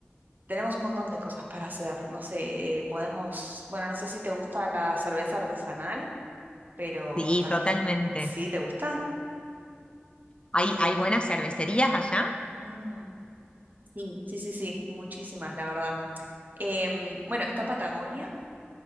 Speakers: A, on the right (about 45°); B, on the left (about 25°).
A: tenemos un montón de cosas para hacer, no sé, eh, podemos, bueno, no sé si te gusta la cerveza artesanal, pero
B: Sí,
A: también,
B: totalmente.
A: ¿sí te gusta?
B: ¿Hay, hay buenas cervecerías allá?
A: Mm, sí, sí, sí, sí, muchísimas, la verdad. Em, bueno, está Patagonia.